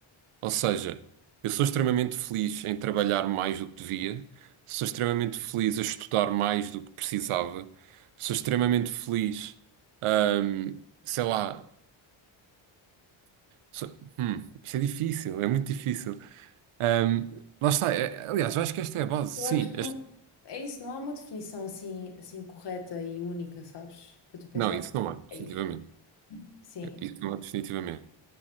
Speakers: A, on the right; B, on the left.
A: Ou seja, eu sou extremamente feliz em trabalhar mais do que devia, sou extremamente feliz a estudar mais do que precisava, sou extremamente feliz, ahm, sei lá, sou- hum, isto é difícil, é muito difícil. Ahm, lá está, é- aliás, eu acho que esta é a base,
B: Eu
A: sim.
B: acho que
A: este-
B: não- é isso, não há uma definição assim, assim correta e única, sabes? Para tu pensar,
A: não, isso não é, definitivamente.
B: é isto. Sim,
A: Isso não é, definitivamente.